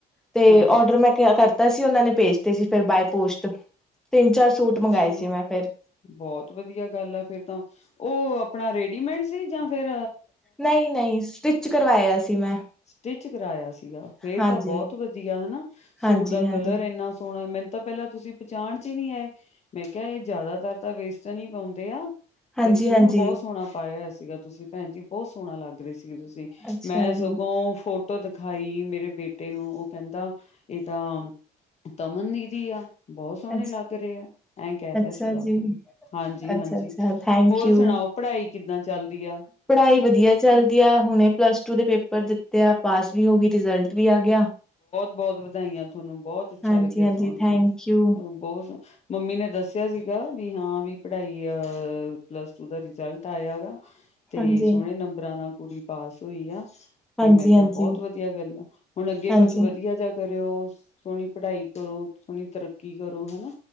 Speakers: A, in the centre; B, on the left.
A: ਤੇ
B: ਹਾਂਜੀ
A: ਔਡਰ ਮੈਂ ਕ ਕਰ ਤਾਂ ਅਸੀਂ ਉਹਨਾਂ ਨੇ ਭੇਜਦੇ ਸੀ, ਫਿਰ ਬਾਏ ਪੋਸਟ ਤਿੰਨ ਚਾਰ ਸੂਟ
B: ਅੱਛਾ,
A: ਮੰਗਵਾਏ ਸੀ ਮੈਂ ਫਿਰ,
B: ਬਹੁਤ ਵਧੀਆ ਗੱਲ ਆ ਫੇਰ ਤਾਂ, ਉਹ ਆਪਣਾ ਰੇਡੀਮੇਡ ਸੀ ਜਾਂ ਫੇਰ
A: ਨਹੀਂ ਨਹੀਂ ਸਟਿਚ ਕਰਵਾਇਆ ਸੀ। ਮੈਂ,
B: ਸਟਿਚ ਕਰਾਇਆ ਸੀਗਾ, ਫੇਰ
A: ਹਾਂਜੀ।
B: ਤਾਂ ਬਹੁਤ ਵਧੀਆ ਹਨਾ, ਸੂਟ
A: ਹਾਂਜੀ-ਹਾਂਜੀ,
B: ਦਾ ਕਲਰ ਇੰਨਾ ਸੋਹਣਾ ਮੈਨੂੰ। ਤਾਂ ਪਹਿਲਾਂ ਤੁਸੀਂ ਪਹਿਚਾਣ ਚ ਨਹੀਂ ਆਏ, ਮੈਂ ਕਿਹਾ ਇਹ ਜ਼ਿਆਦਾਤਰ ਤਾਂ ਵੇਸਟਨ ਹੀ ਪਾਉਂਦੇ ਆ
A: ਹਾਂਜੀ-ਹਾਂਜੀ,
B: ਤੇ ਸੂਟ ਬਹੁਤ ਸੋਹਣਾ ਪਾਇਆ ਹੋਇਆ ਸੀ। ਸੀਗਾ ਤੁਸੀਂ ਭੈਣ ਜੀ ਬਹੁਤ ਸੋਹਣਾ ਲੱਗ ਰਹੇ ਸੀ। ਤੁਸੀਂ
A: ਅੱਛਾ
B: ਮੈਂ ਫ਼ੋਨ
A: ਜੀ,
B: ਤੋਂ ਫੋਟੋ ਦਿਖਾਈ ਮੇਰੇ ਬੇਟੇ ਨੂੰ ਉਹ ਕਹਿੰਦਾ ਇਹ ਤਾਂ ਤਮਨ ਦੀਦੀ ਆ। ਬਹੁਤ ਸੋਹਣੇ
A: ਅੱਛਾ।
B: ਲੱਗ ਰਹੇ ਆ ਐਂ ਕਹਿ
A: ਅੱਛਾ
B: ਰਿਹਾ ਸੀਗਾ
A: ਜੀ,
B: ਤੁਹਾਨੂੰ ਹਾਂਜੀ
A: ਅੱਛਾ-ਅੱਛਾ
B: ਹਾਂਜੀ
A: ਥੈਂਕ
B: ਹੋਰ
A: ਯੂ।
B: ਸੁਣਾਓ ਪੜ੍ਹਾਈ। ਕਿੱਦਾਂ ਚੱਲਦੀ ਆ
A: ਪੜ੍ਹਾਈ ਵਧੀਆ ਚੱਲਦੀ ਆ ਹੁਣੇ ਪਲੱਸ ਟੂ ਦੇ ਪੇਪਰ ਦਿੱਤੇ ਆ ਪਾਸ ਵੀ ਹੋ ਗਈ ਰਿਜ਼ਲਟ ਵੀ ਆ ਗਿਆ।
B: ਬਹੁਤ ਵਧਾਈਆਂ ਤੁਹਾਨੂੰ ਬਹੁਤ ਅੱਛਾ
A: ਹਾਂਜੀ
B: ਲੱਗਿਆ
A: ਹਾਂਜੀ
B: ਸੁਣ
A: ਥੈਂਕ
B: ਕੇ
A: ਯੂ
B: ਬਹੁਤ ਮੰਮੀ ਨੇ ਦੱਸਿਆ ਸੀਗਾ ਵੀ ਹਾਂ ਵੀ ਪੜ੍ਹਾਈ ਅ ਪਲੱਸ ਟੂ ਦਾ ਰਿਜ਼ਲਟ ਆਇਆ ਗਾ। ਤੇ
A: ਹਾਂਜੀ
B: ਸੋਹਣੇ ਨੰਬਰਾਂ ਨਾਲ ਕੁੜੀ ਪਾਸ ਹੋਈ ਆ। ਤੇ
A: ਹਾਂਜੀ
B: ਮੈਂ ਕਿਹਾ
A: ਹਾਂਜੀ
B: ਬਹੁਤ ਵਧੀਆ ਗੱਲ ਆ। ਅੱਗੇ
A: ਹਾਂਜੀ
B: ਕੁਛ ਵਧੀਆ ਜਾ ਕਰਿਓ ਸੋਹਣੀ ਪੜ੍ਹਾਈ ਕਰੋ ਸੋਹਣੀ ਤਰੱਕੀ ਕਰੋ ਹਨਾ।